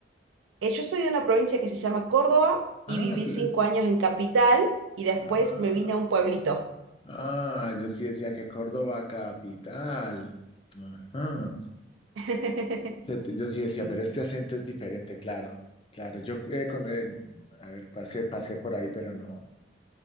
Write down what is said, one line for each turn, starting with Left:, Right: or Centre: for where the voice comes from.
Right: Eh, yo soy de una provincia que se llama Córdoba
Left: Ah,
Right: y viví
Left: tú
Right: cinco
Left: eres...
Right: años en capital y después
Left: Ah,
Right: me vine a un pueblito.
Left: ah, yo sí decía que Córdoba capital. Ajá.
Right: <laughs>
Left: Se- Yo sí decía,
Right: Sí,
Left: pero este
Right: sí.
Left: acento es diferente, claro, claro. Yo, eh, con, eh, a ver, pasé, pasé por ahí, pero no,